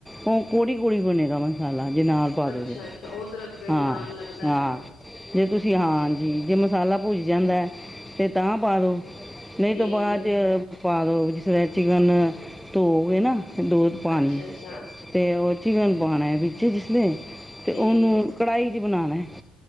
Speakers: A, in the centre; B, on the left.
A: ਉਹ ਕੋੜੀ ਕੋੜੀ ਬਣੇਗਾ ਨ ਐਨਾ ਜੀ ਨਾਲ ਪਾ
B: ਅੱਛਾ-ਅੱਛਾ
A: ਦੇ ਫੇਰ
B: ਉਹ ਦਰੱਖਤ ਫੇਰ
A: ਹਾਂ-
B: ਨਾਲ ਲੱਗਦਾ
A: ਹਾਂ
B: ਹੈ ਨਾ
A: ਜੇ ਤੁਸੀ ਹਾਂਜੀ
B: ਅੱਛਾ
A: ਜੇ ਮਸਾਲਾ ਭੁੱਜ ਜਾਂਦੈ ਤੇ ਤਾਂ ਪਾ ਦਉ ਨਹੀਂ
B: ਠੀਕ
A: ਤੋ ਬਾਦ
B: ਏ
A: ਚ ਪਾ ਦੋ ਫੇਰ ਚਿਕਨ ਧੋੋ ਕੇ ਨਾ ਦੋ ਪਾਣੀ
B: ਅੱਛਾ-ਅੱਛਾ
A: ਤੇ ਉਹ ਚਿਕਨ ਪਾਨੈ ਵਿੱਚ ਜਿਸ ਲੇ
B: ਠੀਕ
A: ਤੇ ਉਨੂੰ
B: ਏ
A: ਕੜਾਈ ਚ ਬਣਾਨੈ